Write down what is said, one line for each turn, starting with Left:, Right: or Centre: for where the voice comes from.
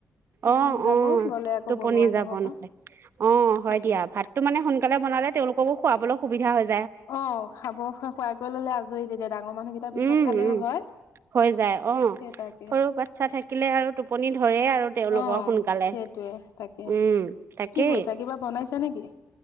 Left: টোপনি
Right: অঁ
Left: যাব
Right: অঁ
Left: গ'লে আকৌ
Right: টোপনি
Left: বনোৱাই
Right: যাব
Left: নহ'ব
Right: নহলে অঁ হয়
Left: তাকে
Right: দিয়া ভাতটো মানে সোনকালে বনালে তেওঁলোক তেওলোককো খুৱাবলৈ সুবিধা হয়
Left: অঁ খাব খুৱাই কৰি ল'লে আজৰি তেতিয়া ডাঙৰ মানুহকেইটাৰ পিছত
Right: উম
Left: খালেও
Right: উম
Left: হয়
Right: হৈ যায় অঁ
Left: সেই তাকে
Right: সৰু বাচ্ছা থাকিলে আৰু টোপনি ধৰে আৰু তেওঁলোকৰ
Left: অ
Right: সোনকালে
Left: সেইটোৱে তাকে
Right: উম তাকেই
Left: কি কৰিছা কিবা বনাইছা নেকি